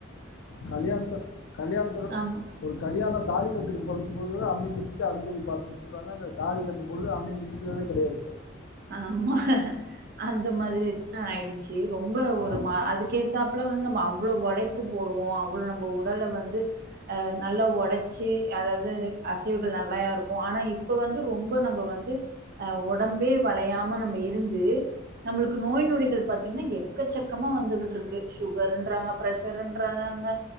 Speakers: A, on the left; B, on the right.
A: கல்யாணத்து கல்யாணத்துல
B: ஆமா.
A: ஒரு கல்யாண தாலிக்கட்டுக்கு போதுதா அம்மி மிதித்து அருந்ததி பாத்துன்னு சொல்வாங்க இந்த தாலி கட்டும்பொழுது அம்மி மிதிக்கிறதே கெடையாது இப்போ
B: ஆமா அந்த மாதிரிதா ஆயிடுச்சு ரொம்ப ஒரு
A: ஆமாம்
B: மா அதுக்கே அப்பல்லா வந்து நம்ம அவ்ளோ ஒழைப்பு போடுவோ அவ்ளோ நம்ம உடல வந்து அ நல்லா ஒழச்சி அதாவது அசைவுகள் நல்லையா இருக்கு ஆனா இப்ப வந்து ரொம்ப நம்ப வந்து அ ஒடம்பே வளையாம நம்ம இருந்து நம்மளுக்கு நோய் நொடிகள் பாத்தீங்கனா எக்கச்சக்கமா வந்துகிட்ருக்கு சுகருன்றாங்க பிரஷருன்றறாங்க